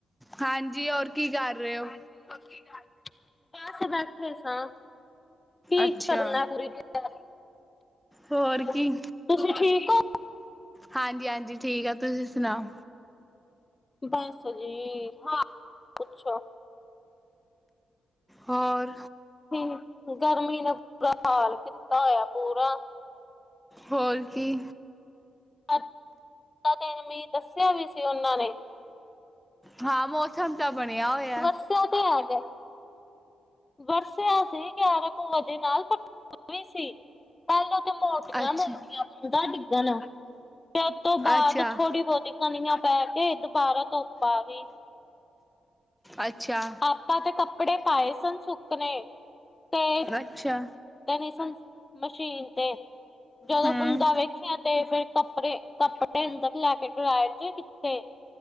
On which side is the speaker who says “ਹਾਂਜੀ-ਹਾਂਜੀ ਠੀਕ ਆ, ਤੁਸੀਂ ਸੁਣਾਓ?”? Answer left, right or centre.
Centre